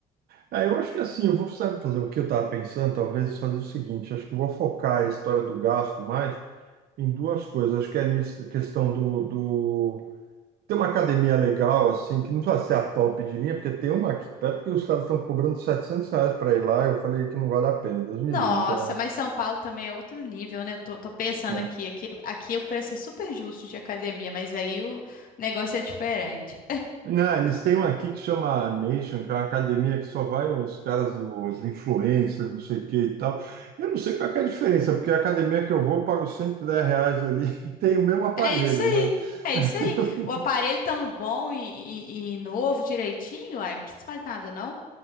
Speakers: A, on the right (about 65°); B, on the left (about 55°).
A: Ah, eu acho que assim, eu vou sabe, fazer o que eu estava pensando, talvez fazer o seguinte, acho que eu vou focar a história do gasto mais em duas coisas. Acho que é nisso, questão do, do... Ter uma academia legal, assim, que não precisa ser a top de linha, porque tem uma aqui perto que os caras estão cobrando 700 reais para ir lá, eu falei que não vale a pena, Deus me
B: Nossa,
A: livre, que é,
B: mas São Paulo também é outro nível, né? Eu tô, tô pensando
A: né?
B: aqui, aqui, aqui o preço é super justo de academia, mas aí o negócio é diferente.
A: Não, eles têm uma aqui que chama Nation, que é uma academia que só vai os caras, os influencers, não sei o que e tal. Eu não sei qual que é a diferença, porque a academia que eu vou, eu pago 110 reais ali <laughs> e tem o mesmo aparelho,
B: É isso aí,
A: mas
B: é
A: <laughs>
B: isso aí. O aparelho estando bom e, e- e novo direitinho, aí não precisa mais nada, não?